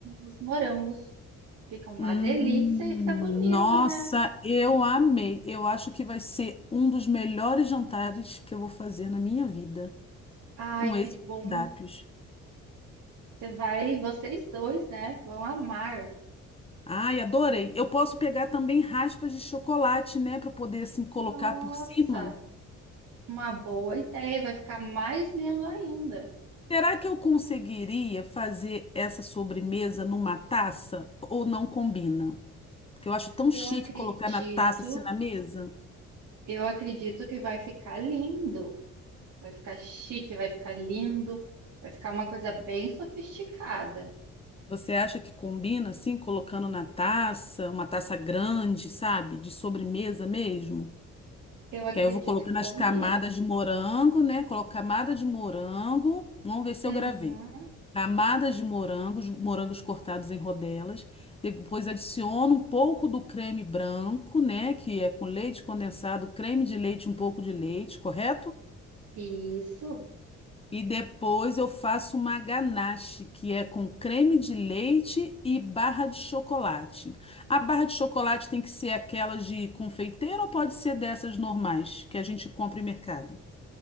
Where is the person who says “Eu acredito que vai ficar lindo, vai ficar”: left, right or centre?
Right